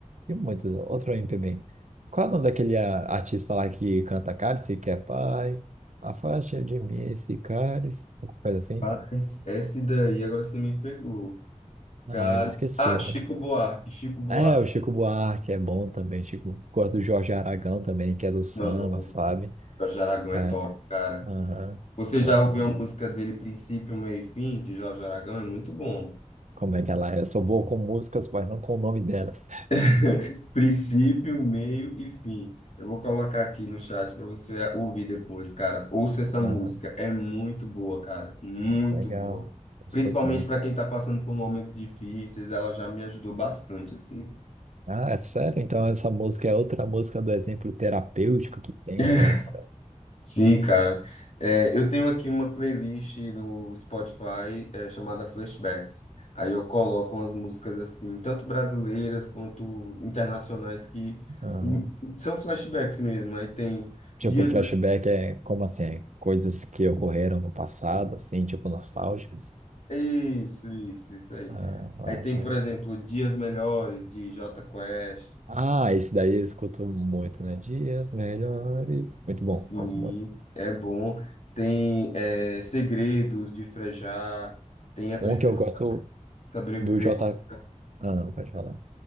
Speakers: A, on the right (about 65°); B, on the left (about 60°).
A: Tem muitas. Outro MPB. Qual é o nome daquele ah, artista lá que canta Cálice, que é pai? Afasta de mim esse cálice. Alguma coisa assim?
B: Mas esse daí, agora você me pegou. Cara,
A: Ah, eu me esqueci,
B: ah, Chico
A: mano.
B: Buarque, Chico Buarque.
A: É, o Chico Buarque é bom também. Chico... Gosto do Jorge Aragão também, que é do samba,
B: Não, o
A: sabe?
B: Jorge Aragão é
A: É,
B: top, cara.
A: aham.
B: Você
A: Gosto
B: já ouviu
A: muito.
B: a música dele, Princípio, Meio e Fim, de Jorge Aragão? É muito bom.
A: Como é que ela é? Eu sou boa com músicas, mas não com o nome delas.
B: <laughs> Princípio, meio e fim. Eu vou colocar aqui no chat para você ouvir depois, cara. Ouça essa
A: <laughs>
B: música,
A: Aham,
B: é muito boa, cara, muito
A: Legal.
B: boa.
A: Vou escutar.
B: Principalmente para quem tá passando por momentos difíceis, ela já me ajudou bastante, assim.
A: Ah, é sério? Então essa música é outra música do exemplo terapêutico que tem,
B: <laughs>
A: então, de certo.
B: Sim, cara. É, eu tenho aqui uma playlist no Spotify, é, chamada Flashbacks. Aí eu coloco umas músicas assim, tanto brasileiras quanto internacionais, que
A: Aham.
B: são flashbacks mesmo. Aí tem
A: Tipo,
B: dias
A: flashback é como assim? É coisas que ocorreram no passado, assim, tipo, nostálgicas.
B: Isso, isso, isso aí.
A: Ah, massa.
B: Aí tem, por exemplo, Dias Melhores, de Jota Quest.
A: Ah, esse daí eu escuto muito, né? Dias melhores. Muito bom,
B: Sim,
A: conheço muito.
B: é bom. Tem é, Segredos, de Frejá. Tem É Preciso
A: Um que eu gosto
B: Sobreviver,
A: do J.
B: de Titãs,
A: Ah, pode falar.